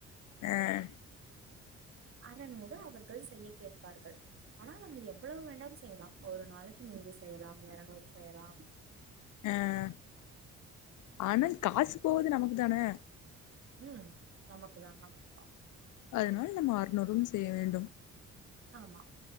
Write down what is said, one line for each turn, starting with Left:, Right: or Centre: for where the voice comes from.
Left: அஹ்
Right: அறநூறு அவர்கள் செய்ய கேட்பார்கள் ஆனா நம்ம எவ்வளவு வேனாலும் செய்யலாம் ஒரு நாளைக்கு நூறு செய்யலாம் இறநூறு செய்யலாம்
Left: அஹ்ஹ்ஹ்
Right: அப்படி
Left: ஆனா காசு போது நமக்கு தானே
Right: உம் நமக்குதா நமக்குதா
Left: அதனால் நம்ம அறநூறும் செய்ய வேண்டும்
Right: ஆமா